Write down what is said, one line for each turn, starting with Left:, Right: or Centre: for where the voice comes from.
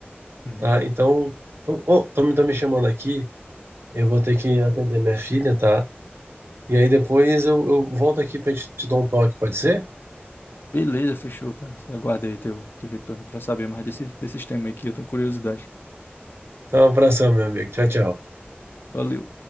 Left: Uhum.
Right: tá? Então, tô, oh, tô, me- tô me chamando aqui, eu vou ter que atender minha filha, tá? E aí depois eu, eu volto aqui pra gente te dar um toque, pode ser?
Left: Beleza, fechou, cara. Aguarda aí teu, teu retorno para saber mais desse, desse tema aí que eu tenho curiosidade.
Right: Então, um abração, meu amigo. Tchau, tchau.
Left: Valeu.